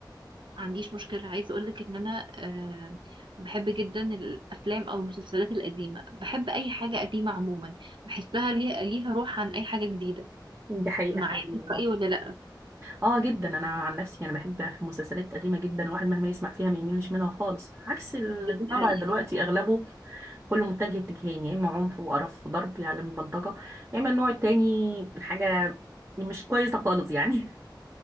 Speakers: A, on the right; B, on the right.
A: ما عنديش مشكلة عايزة أقولك إن أنا آه، بحب جدا الأفلام أو المسلسلات القديمة بحب أي حاجة قديمة عموما بحسها ليها ليها روح عن أي حاجة جديدة
B: دي حقيقة
A: معايا
B: فعلا
A: في
B: والله
A: الرأي ولا لأ
B: اه جدا انا عن نفسي انا بحب في المسلسلات القديمة جدا الواحد مهما يسمع فيها ما يميلش منها خالص عكس اللي
A: دي
B: طالع
A: حقيقة
B: دلوقتي اغلبه كله متجه اتجاهين يا اما عنف وقرف وضرب يعلم البلطجة يا اما النوع التاني حاجة مش كويسة خالص يعني